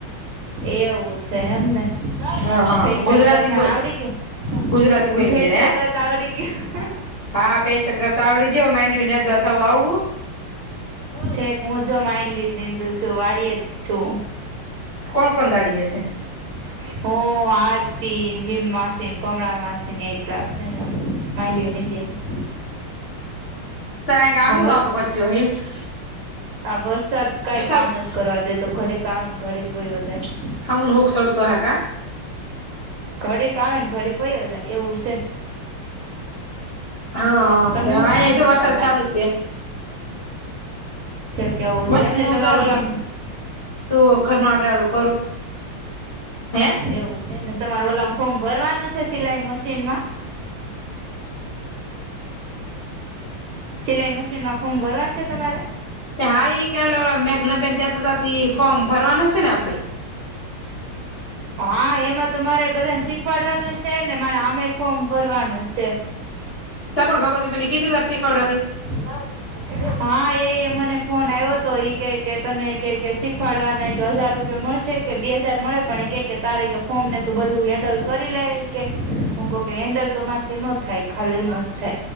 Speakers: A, on the right; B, on the left.
A: એવું છે એમને
B: હા હા
A: ફેશિયલ
B: ગુજરાતી
A: કરતા
B: બોલ
A: ને આવડી ગયું.
B: ગુજરાતી બોલ
A: ફેશિયલ
B: છે હે
A: કરતા આવડી ગયું.
B: હા ફેેશિયલ કરતા આવડી ગયું માંડવી <unintelligible> આવું.
A: છેક હું જો માઇન્ડ બી નિનીંદુ છું વાળી જ છું.
B: કોણ કોણ દાડી હસે.
A: હું, આરતી, વીમ માસી કમળા માસીને એજ. <unintelligible>
B: <inaudible> સાહે આ હું
A: વર્ષ
B: વાતો કરતી છું
A: આ વરસાદ કઈ
B: <unintelligible>
A: કામ નથી કરવા દે તો ઘડીક આવે ને ઘડીક વયો જાય.
B: <unintelligible>
A: ઘડીક આવે ને ઘડીક વયો જાય એવું છે.
B: હા હા
A: તમે શું
B: અહીંયા
A: કામ
B: જો
A: કરતા
B: વરસાદ
A: હતા.
B: ચાલુ છે
A: છે કેવું
B: બસ
A: છે એમને
B: મું
A: તમારે
B: જો
A: ઓલામ
B: ઘર <unintelligible> કરું. હે
A: એવું છે એમને તમાર ઓલમ ફોર્મ ભરવાનું છે સિલાઈ મશીનમાં? સિલાઈ મશીનમાં ફોર્મ ભરવાનું છે તમારે.
B: હા, એક મેઘના બેન કેતા ફોર્મ ભરવાનું છે ને આપડે.
A: હા એમાં તો મારે બધાને શીખવાડવાનું છે ને મારે આમે ફોર્મ ભરવાનું છે.
B: <unintelligible> ભગવતીને કીધું શીખવડા <unintelligible>
A: ના. હા એ મને ફોન આવ્યો હતો એઈ કે કે તને કે શીખવાડા ને કે હજાર રૂપીયા મળશે છે કે બે હજાર મળે પણ કે કે તારે કે ફોન ને તું બધું હેન્ડલ કરી લે કે હું કંહુ કે હેન્ડલ તો મારથી ન થાય ખાલી થાય.